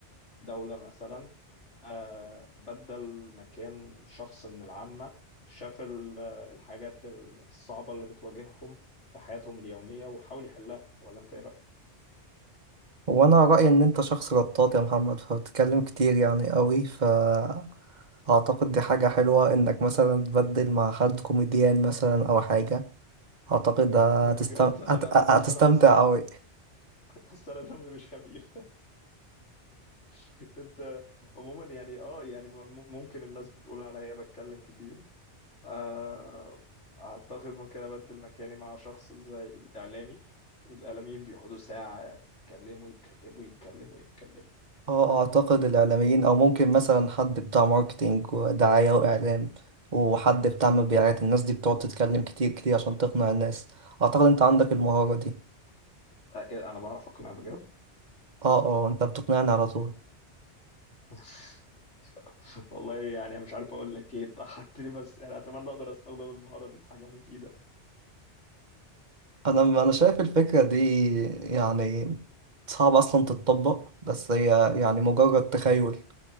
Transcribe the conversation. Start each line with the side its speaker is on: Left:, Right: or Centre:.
Left: دولة مثلا آه، بدل مكان شخص من العامة شاف ال- الحاجات الصعبة اللي بتواجههم في حياتهم اليومية وحاول يحلها ولا انت ايه رأيك؟
Right: هو انا رأيي ان انت شخص رطاط يا محمد فبتتكلم كتير يعني قوي فاعتقد دي حاجة حلوة انك مثلا تبدل مع حد كوميديان مثلا او حاجة اعتقد هتستم...
Left: <laughs> بجد انا
Right: هت... هتستمتع
Left: بس انا بس انا
Right: قوي
Left: <laughs> بس انا دمي مش خفيف <laughs> انت عموما يعني اه يعني م- م- ممكن الناس بتقول عليا بتكلم كتير آه، اعتقد ممكن ابدل مكاني مع شخص زي اعلامي الاعلاميين بيقعدوا ساعة يتكلموا يتكلموا يتكلموا يتكلموا
Right: اه اعتقد الاعلاميين او ممكن مثلا حد بتاع ماركتينج ودعاية واعلام وحد بتاع مبيعات الناس دي بتقعد تتكلم كتير كتير عشان تقنع الناس اعتقد انت عندك المهارة دي
Left: آه، إيه، انا بعرف اقنع بجد
Right: اه اه انت بتقنعني على طول
Left: <laughs> والله يعني مش عارف اقول لك ايه انت حركتني بس يعني اتمنى اقدر استخدم المهاره دي في حاجه مفيده
Right: انا انا شايف الفكره دي يعني صعب اصلا تتطبق بس هي يعني مجرد تخيل